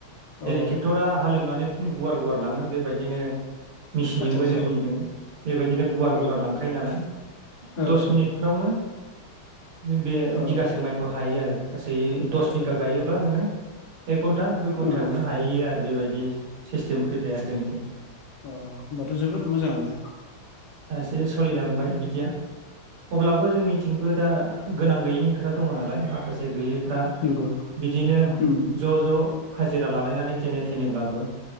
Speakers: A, on the right; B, on the left.
A: जेरै
B: अ
A: ट्रेक्टरा हालेवनानै गुवार गुवार लाङो बेबायदिनो मिसिनजोंबो
B: आदसा आदसा
A: जोंनिजों बेबायदिनो गुवार
B: औ
A: गुवार लांखायो नालाय
B: औ
A: दस मिनिटफ्रावनो
B: औ
A: बे
B: अ
A: बिगासे माइखौ हायो आरो गासै दस
B: आदसा
A: बिगा गायोब्ला नोंङो एक घन्टा दुइ घन्टायावनो
B: ओं
A: हाहैयो आरो बेबायदि सिस्टेम फैबाय आरो जोंनिथिं।
B: अ होनबाथ' जोबोद मोजांङानो
A: जे सोलिलांबाय बिदिया अब्लाबो जोंनिथिंबो दा गोनां गैयैनि खोथा दंङ नालाय माखासे गैयै फ्रा
B: नंगौ
A: बिदिनो
B: उम
A: ज' ज' हाजिरा लालायनानै जेने थेनेब्लाबो